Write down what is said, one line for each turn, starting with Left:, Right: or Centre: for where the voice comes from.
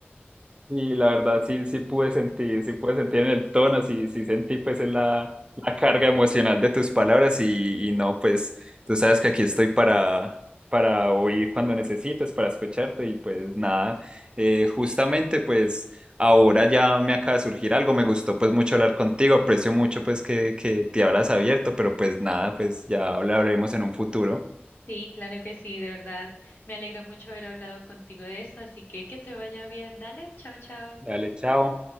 Right: Y la verdad, sí, sí pude sentir, sí pude sentir en el tono, sí, sí sentí pues en la, la carga emocional de tus palabras y, y no, pues tú sabes que aquí estoy para, para oír cuando necesites, para escucharte y pues nada, eh, justamente pues ahora ya me acaba de surgir algo, me gustó pues mucho hablar contigo, aprecio mucho pues que, que te habrás abierto, pero pues nada, pues ya hablaremos en un futuro.
Left: Sí, claro que sí, de verdad. Me alegra mucho haber hablado contigo de esto, así que que te vaya bien. Dale, chao, chao.
Right: Dale, chao.